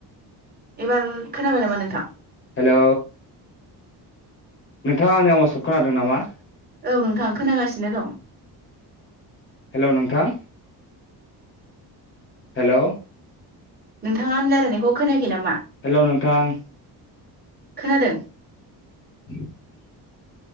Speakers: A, on the right (about 25°); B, on the left (about 30°).
A: एबार खोनाबाय नामा नोंथां?
B: हेलौ नोंथाङा आंनि आवाजखौ खोनादों नामा?
A: औ नोंथां खोनागासिनो दं।
B: हेलौ नोंथां हेलौ
A: नोंथाङा आंनि रायलायनायखौ खोनायाखै नामा
B: हेलौ नोंथां
A: खोनादों।
B: <inaudible>